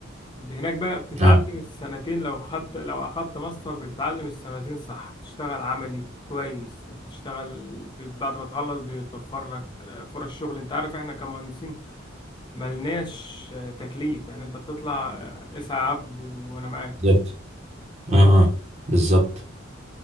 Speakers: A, on the left; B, on the right.
A: هناك بقى بتتعلم
B: اه
A: السنتين لو خدت لو أخدت ماستر بتتعلم السنتين صح بتشتغل عملي كويس وبتشتغل ب- بعد ما تخلص بيتوفر لك آه، فرص شغل أنت عارف إحنا كمهندسين ملناش آه، تكليف يعني أنت بتطلع آه، اسعى يا عبد وأنا معاك
B: بالظبط اه اه بالظبط